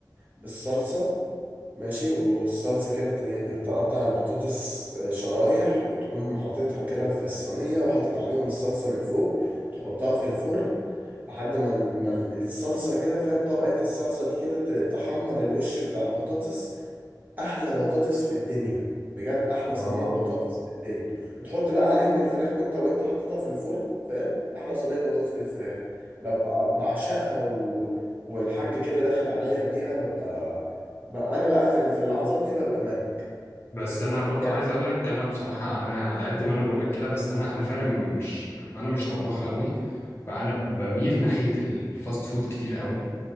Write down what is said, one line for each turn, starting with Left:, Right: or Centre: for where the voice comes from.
Right: بالصلصة ماشي والصلصة كده ت- تقطع البطاطس آه، شرايح وتقوم حاططها كده في الصينية وحاطط عليهم الصلصة من فوق تحطها في الفرن لحد ما ال- ما ال- الصلصة كده فاهم طبقة الصلصة دي كده ت- تحمر الوش بتاع البطاطس احلى بطاطس في الدنيا بجد احلى
Left: اه
Right: صينيه بطاطس في الدنيا وتحط بقى عليهم الفراخ وانت وانت حاططها في الفرن فاهم احلى صينيه بطاطس بالفراخ ببقى بعشقها و... والحاجه كده داخله عليا بيها ببقى, ببقى انا بقى في ال- في اللحظات دي ببقى ملك
Left: بس انا برضو
Right: بجد
Left: عايز اقول لك انا بصراحه انا على قد ما انا بقول لك كده بس انا انا فعلا مش انا مش طباخ قوي فانا بميل ناحيه الفاست فود كتير قوي